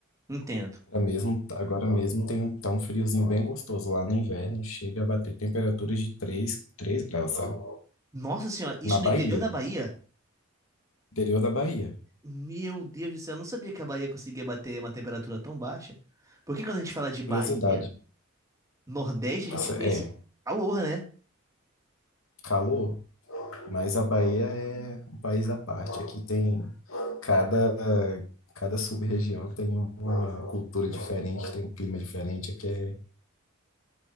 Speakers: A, on the right; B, on the left.
A: entendo.
B: Agora mesmo, agora mesmo tem um, tá um friozinho bem gostoso lá no inverno, chega a bater temperaturas de três três graus, sabe?
A: Nossa senhora, isso
B: Na Bahia,
A: no interior da Bahia?
B: interior da Bahia.
A: Meu Deus do céu, eu não sabia que a Bahia conseguia bater uma temperatura tão baixa. Porque quando a gente fala de Bahia,
B: Curiosidade,
A: Nordeste, a
B: essa-
A: gente pensa
B: é
A: em calor, né?
B: calor, mas a Bahia é um país à parte. Aqui tem cada, cada sub-região tem uma cultura diferente, tem um clima diferente. Aqui é,